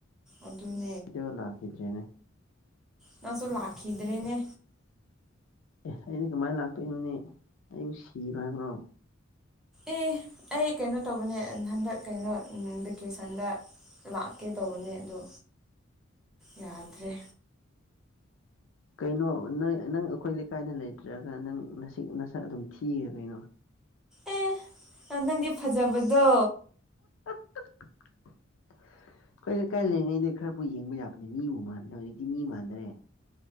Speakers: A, in the centre; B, on the left (about 70°).
A: ꯑꯗꯨꯝ
B: ꯁꯤꯗꯦꯒꯂ ꯍꯥꯀꯗ꯭ꯔꯦꯅꯦ
A: ꯅꯪꯁꯨ ꯂꯥꯛꯈꯤꯗ꯭ꯔꯦꯅꯦ
B: ꯑꯦ ꯑꯅꯦ ꯀꯃꯥꯏꯅ ꯂꯥꯛꯇꯣꯏꯅꯣꯅꯦ ꯑꯩꯕꯨ ꯁꯤꯕꯣ ꯍꯥꯏꯕꯅꯣ
A: ꯑꯦ ꯑꯩ ꯀꯩꯅꯣ ꯇꯧꯕꯅꯦ ꯍꯟꯗꯛ ꯀꯩꯅꯣ ꯚꯦꯀꯦꯁꯟꯗ ꯂꯥꯛꯀꯦ ꯇꯧꯕꯅꯦ ꯑꯣ ꯌꯥꯗ꯭ꯔꯦ
B: ꯀꯩꯅꯣ ꯅ ꯅꯪ ꯑꯩꯈꯣꯏ ꯂꯩꯀꯥꯏꯗ ꯂꯩꯇ꯭ꯔꯒ ꯅꯪꯁꯤꯛ ꯅꯁꯛ ꯑꯗꯨꯝ ꯊꯤꯔꯦ ꯀꯩꯅꯣ
A: ꯑꯦ ꯅꯪꯗꯤ ꯐꯖꯕꯗꯣ
B: <inaudible> ꯑꯩꯈꯣꯏ ꯂꯩꯀꯥꯏ ꯂꯩꯔꯤꯉꯩꯗ ꯈꯔꯕꯨ ꯌꯦꯡꯕ ꯌꯥꯕꯅꯦ ꯃꯤꯕꯨ ꯃꯥꯟꯕꯗ ꯍꯧꯖꯤꯛꯇꯤ ꯃꯤ ꯃꯥꯟꯗꯔꯦ